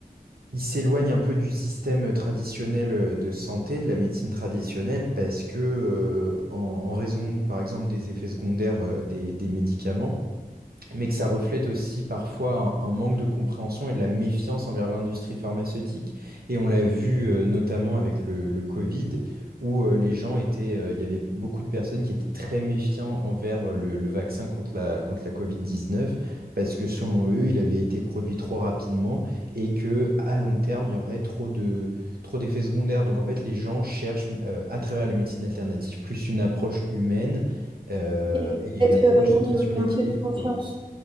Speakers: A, on the right; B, on the right.
A: ils s'éloignent un peu du système traditionnel euh, de santé, de la médecine traditionnelle, parce que euh, en, en raison, par exemple, des effets secondaires euh, des, des médicaments mais que ça reflète aussi parfois un, un manque de compréhension et de la méfiance envers l'industrie pharmaceutique. Et on l'a vu euh, notamment avec le, le Covid, où euh, les gens étaient, euh, il y avait beaucoup de personnes qui étaient très méfiants envers euh, le, le vaccin contre la, contre la Covid-19, parce que selon eux, il avait été produit trop rapidement et que à long terme, il y aurait trop de, trop d'effets secondaires. Donc en fait, les gens cherchent euh, à travers les médecines alternatives plus une approche humaine euh,
B: Et
A: et
B: peut-être
A: une approche
B: avec
A: centrée
B: oui,
A: sur
B: oui, ils
A: l'équilibre,
B: ont plus confiance.
A: quoi.